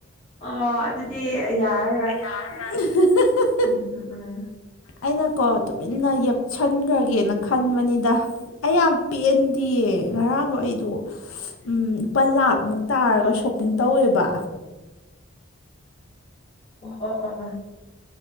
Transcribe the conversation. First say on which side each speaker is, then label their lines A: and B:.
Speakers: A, on the left; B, on the left.
A: ꯑꯣ ꯑꯗꯨꯗꯤ ꯌꯥꯔꯔꯣꯏ
B: <unintelligible>
A: ꯎꯝ ꯎꯝ ꯎꯝ
B: ꯑꯩꯅ ꯀꯣ ꯇꯨꯃꯤꯟꯅ ꯌꯦꯞꯁꯟꯈ꯭ꯔꯒꯦꯅ ꯈꯟꯕꯅꯤꯗ ꯑꯩ ꯌꯥꯝ ꯄꯦꯟꯗꯦꯌꯦ ꯉꯔꯥꯡꯗꯣ ꯑꯩꯗꯣ ꯎꯝ ꯂꯨꯄꯥ ꯂꯥꯛꯃꯨꯛ ꯇꯥꯔꯒ ꯁꯣꯞꯄꯤꯡ ꯇꯧꯋꯦꯕ꯫
A: ꯑꯣ ꯑꯣ ꯑꯣ ꯑ <unintelligible> <inaudible>